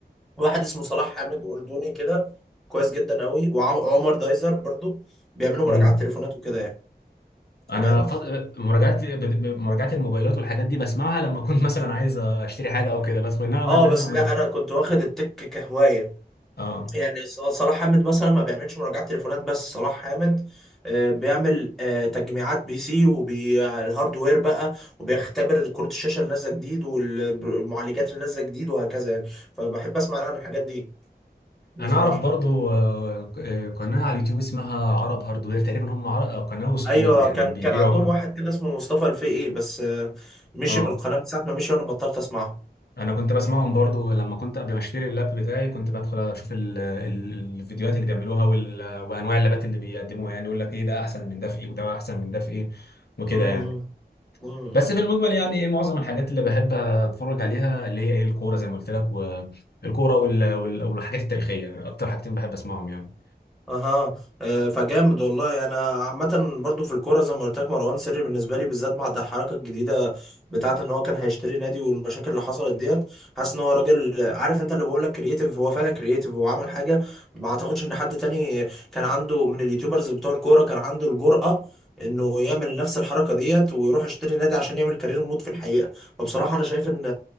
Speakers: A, in the centre; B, on the left (about 70°).
A: واحد اسمه صلاح حامد اردني كده كويس جدا قوي وعمر دايزر برضو بيعملوا
B: مم.
A: مراجعات تليفونات وكده يعني
B: انا
A: فاهم
B: فض... مراجعات ب- ب- مراجعات الموبايلات والحاجات دي بسمعها لما اكون مثلا عايز اشتري حاجه او كده بدخل انما
A: اه
B: ان انا
A: بس
B: ما-
A: لا انا كنت واخد التك كهوايه
B: اه
A: يعني ص- صلاح حامد مثلا ما بيعملش مراجعات تليفونات بس صلاح حامد آه، بيعمل آه، تجميعات بي سي وبالهاردوير بقى وبيختبر كروت الشاشه اللي نازله جديد والمعالجات اللي نازله جديد وهكذا يعني فبحب اسمع عن الحاجات دي بصراحه
B: انا اعرف برضو آه، ق- آه، قناه على اليوتيوب اسمها عرب هاردوير تقريبا هم عر... آه، قناه وستور
A: ايوه
B: يعني
A: كان
B: بيبيعوا
A: كان <laughs> عندهم
B: برضو
A: واحد كده اسمه مصطفى الفقي بس آه، مشي
B: اه
A: من القناه من ساعه ما مشي وانا بطلت اسمعه
B: انا كنت بسمعهم برضو لما كنت قبل ما اشتري اللاب بتاعي كنت بدخل اشوف ال... ال- الفيديوهات اللي بيعملوها وال... وانواع اللابات اللي بيقدموها يعني يقول لك ايه ده احسن من ده في ايه وده احسن من ده في ايه وكده
A: امم
B: يعني
A: أمم.
B: بس في المجمل يعني ايه معظم الحاجات اللي بحب اتفرج عليها اللي هي ايه الكوره زي ما قلت لك والكوره وال... وال... والحاجات التاريخيه اكتر حاجتين بحب اسمعهم يعني
A: اها آه، فجامد والله انا عامه برضو في الكوره زي ما قلت لك مروان سري بالنسبه لي بالذات مع الحركه الجديده بتاعه ان هو كان هيشتري نادي والمشاكل اللي حصلت ديت حاسس ان هو راجل عارف انت اللي بقول لك كرييتيف هو فعلا كرييتيف هو عمل حاجه ما اعتقدش ان حد تاني كان عنده من اليوتيوبرز بتوع الكوره كان عنده الجرأه انه يعمل نفس الحركه ديت ويروح يشتري نادي عشان يعمل كارير مود في الحقيقه فبصراحه انا شايف ان